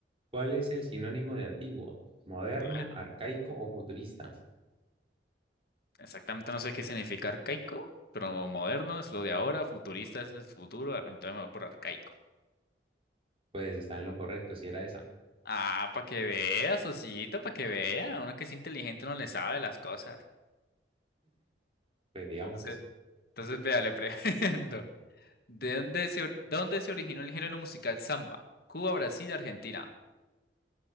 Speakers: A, on the right (about 30°); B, on the left (about 60°).
A: ¿cuál es el sinónimo de antiguo? ¿Moderno,
B: ver,
A: arcaico o futurista?
B: Exactamente no sé qué significa arcaico, pero moderno es lo de ahora, futurista es el futuro, ar- entonces me voy por arcaico.
A: Pues está en lo correcto, si era esa.
B: Ah, para que vea, Sosito, para que vea. Uno que es inteligente no le sabe las cosas.
A: Pues digamos
B: Entonces,
A: que sí.
B: entonces vea, le pregunto. <laughs> ¿De dónde se, or- dónde se originó el género musical samba? Cuba, Brasil, Argentina.